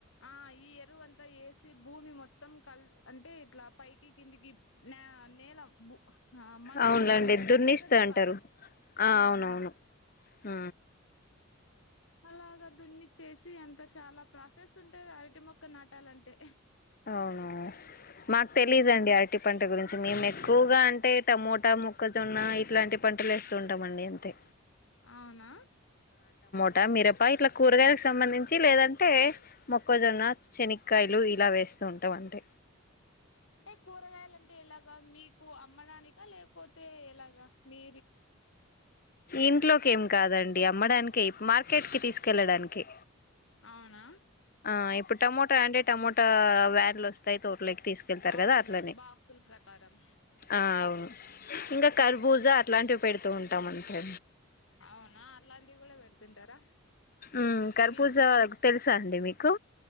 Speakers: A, on the left; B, on the left.
A: ఆ ఇ ఎరువం తయేసి భూమి మొత్తం కల్ అంటే ఇట్లా పైకి కిందికి నే నేల ఆ మన్ను
B: అవునులేండి
A: మొత్తం
B: దున్నిస్తా
A: తిరగదిప్పాలి
B: అంటారు
A: ఆ
B: అవునవును
A: ఆ
B: ఆ
A: అలాగా దున్ని చేసి అంత చాలా ప్రాసెస్ ఉంటది అరటి మొక్క నాటాలంటే
B: అవును మాకు తెలీదండి ఆరటి పంట గురిం చి మేము ఎక్కువగా అంటే టమోటా మొక్కజొన్న ఇట్లాంటి పంటలు ఏస్తు ఉంటామండి అంతే
A: అవునా
B: ట మిరపా ఇట్లా కూరగాయలకు సంబంధించి లేదంటే మొక్కజొన్న శనీక్కయలు ఇలా వేస్ స్తుంటాం అంటే
A: అంటే కూరగాయలు అంటే ఎలాగా మీకు అమ్మడానిక లేకపోతే ఎలాగా మీ
B: ఇంట్లోకి ఏం కాదం అమ్మడానికి మార్కెట్ కి తీసుకెళ్లడానికి
A: అవునా
B: ఆ ఇప్పుడు టమోటా అంటే టమోటా వ్యాన్లు వస్తాయి తోటలోకి తీసుకెళ్తారు
A: అవునులా
B: కదా అట్లనే
A: బాక్సుల ప్రకారం
B: ఆ అవును ఇంకా కర్బూజ
A: అయినా
B: అట్లాంటివి పెడుతూ ఉంటాం అంతే
A: అవునా అట్లాంటివి కూడా పెడుతుంటారా
B: ఉ కరపూజ
A: మీ
B: తెలుసా అండి మీ కు